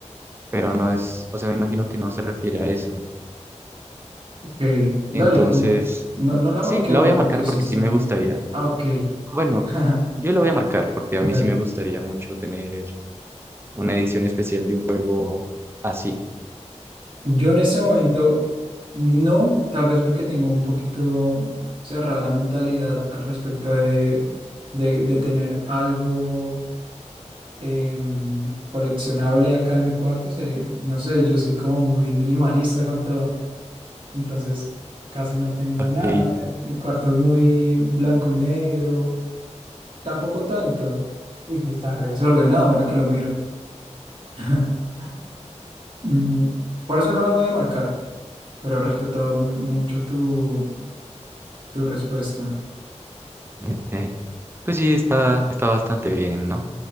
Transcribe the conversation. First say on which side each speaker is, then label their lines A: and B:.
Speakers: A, on the right (about 20°); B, on the right (about 45°).
A: pero no es, o sea, me imagino que no se refiere a eso.
B: Ok, dale,
A: Entonces,
B: en- no, no la
A: sí,
B: marquemos
A: la voy a
B: porque
A: marcar porque
B: si está...
A: sí me gustaría.
B: Ah, ok,
A: Bueno,
B: <laughs>
A: yo la voy a marcar porque a
B: dale.
A: mí sí me gustaría mucho tener una edición especial de un juego así.
B: Yo en ese momento no, tal vez porque tengo un poquito cerrada la mentalidad al respecto de, de, de tener algo em, coleccionable acá en mi cuarto. Sería, no sé, yo soy como muy minimalista con todo. entonces casi no tengo
A: Ok.
B: nada. eh, mi cuarto es muy blanco y negro, tampoco tanto. Uy, está re desordenado ahora que lo miro. <laughs> Mm, por eso no lo voy a marcar, pero he respetado muy mucho tu, tu respuesta.
A: <laughs> Pues sí, está, está bastante bien, ¿no?